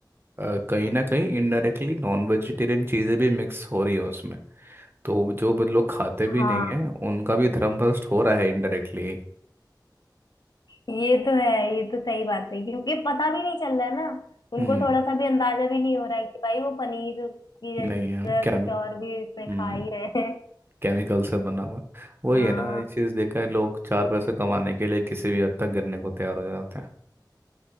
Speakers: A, on the right; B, on the left.
A: अ, कहीं ना कहीं इनडायरेक्टली नॉन वेजिटेरियन चीज़ें भी मिक्स हो रही है उसमें। तो जो ब- लोग खाते भी
B: हाँ
A: नहीं है उनका भी धर्म भ्रष्ट हो रहा है इनडायरेक्टली
B: ये तो है ये तो सही बात है क्योंकि पता भी नहीं चल रहा है ना उनको
A: हम्म
B: थोड़ा सा भी अंदाजा भी नहीं हो रहा है कि भाई वो पनीर की जगह
A: नहीं है क्या
B: कुछ और भी इसमें
A: हम्म
B: खा ही रहे हैं
A: केमिकल से बना हुआ वही
B: हाँ
A: है ना ये चीज़ देखा है लोग चार पैसे कमाने के लिए किसी भी हद तक गिरने को तैयार हो जाते हैं